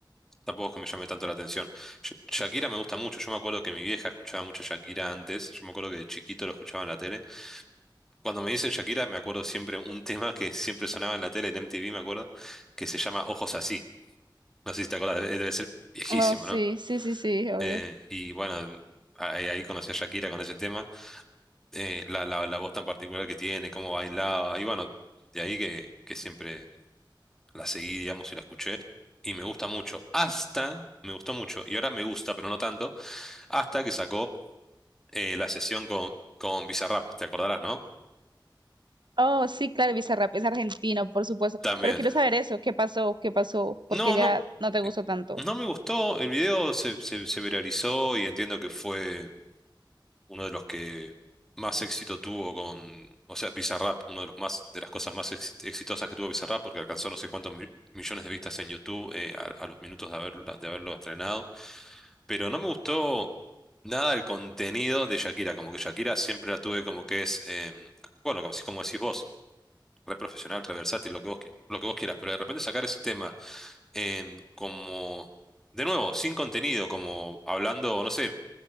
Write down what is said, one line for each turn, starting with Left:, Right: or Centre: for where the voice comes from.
Centre: tampoco es que me llame tanto la atención. Sh- Shakira me gusta mucho, yo me acuerdo que mi vieja escuchaba mucho Shakira antes, yo me acuerdo que de chiquito lo escuchaba en la tele. Cuando me dicen Shakira me acuerdo siempre un tema que siempre sonaba en la tele, en MTV me acuerdo, que se llama Ojos Así. No sé si te acuerdas debe debe ser viejísimo,
Right: Oh, sí,
Centre: ¿no?
Right: sí, sí, sí, obvio.
Centre: Eh, y bueno, ahí, ahí conocí a Shakira con ese tema. eh, la, la, la voz tan particular que tiene, cómo bailaba, y bueno, de ahí que, que siempre la seguí, digamos, y la escuché, y me gusta mucho, hasta, me gustó mucho, y ahora me gusta, pero no tanto, hasta que sacó eh, la sesión con, con Bizarrap, te acordarás, ¿no?
Right: Oh, sí, claro, Bizarrap es argentino, por supuesto.
Centre: También.
Right: Pero quiero saber eso, ¿qué pasó? ¿Qué pasó? Porque
Centre: No,
Right: ya
Centre: no,
Right: no te gustó tanto.
Centre: no me gustó, el video se, se, se viralizó y entiendo que fue uno de los que más éxito tuvo con, o sea, Bizarrap, uno de los más, de las cosas más ex- exitosas que tuvo Bizarrap, porque alcanzó no sé cuántos mi- millones de vistas en YouTube eh, a, a los minutos de haberlo, de haberlo estrenado. Pero no me gustó nada el contenido de Shakira, como que Shakira siempre la tuve como que es, em, bueno, como, así como decís vos. re profesional, re versátil, lo que vos, qui- lo que vos quieras, pero de repente sacar ese tema em, como, de nuevo, sin contenido, como hablando, no sé,